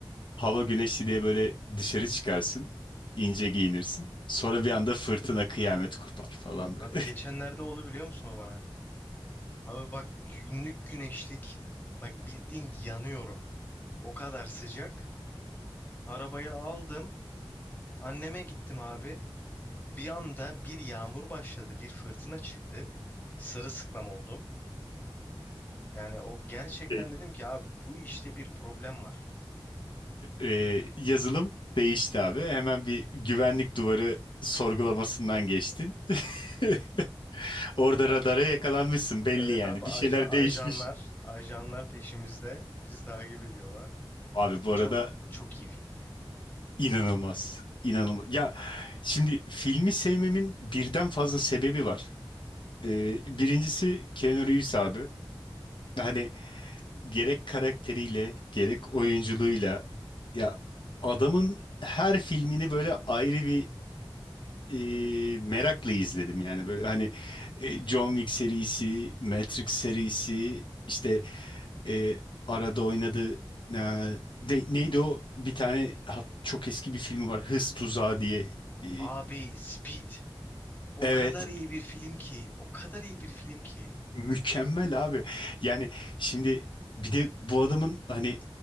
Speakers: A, on the left; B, on the left.
A: hava güneşli diye böyle dışarı çıkarsın. ince giyinirsin. Sonra bir anda fırtına kıyamet kopar falan böyle.
B: Abi geçenlerde oldu biliyor musun o bana? Abi bak günlük güneşlik. Bak bildiğin yanıyorum. O kadar sıcak. Arabayı aldım. Anneme gittim abi. Bir anda bir yağmur başladı. Bir fırtına çıktı. Sırılsıklam oldum. Yani o gerçekten
A: <laughs>
B: dedim ki abi bu işte bir problem var.
A: e, yazılım değişti abi. Hemen bir güvenlik duvarı sorgulamasından geçtin. <laughs> Orada
B: Abi,
A: radara yakalanmışsın belli
B: evet
A: yani.
B: abi
A: Bir
B: aja-
A: şeyler
B: ajanlar
A: değişmiş.
B: ajanlar peşimizde. Bizi takip ediyorlar.
A: Abi bu
B: Çok
A: arada
B: çok iyi film ya.
A: inanılmaz. İnanılmaz. Ya şimdi filmi sevmemin birden fazla sebebi var. Ee, birincisi Keanu Reeves abi. Hani gerek karakteriyle gerek oyunculuğuyla ya adamın her filmini böyle ayrı bir e, merakla izledim yani böyle hani e, John Wick serisi, Matrix serisi işte e, arada oynadı e, de- neydi o bir tane hat- çok eski bir filmi var Hız Tuzağı diye. E,
B: Abi Speed o
A: evet
B: kadar iyi bir film ki. O kadar iyi bir film ki.
A: mükemmel abi yani şimdi bir de bu adamın hani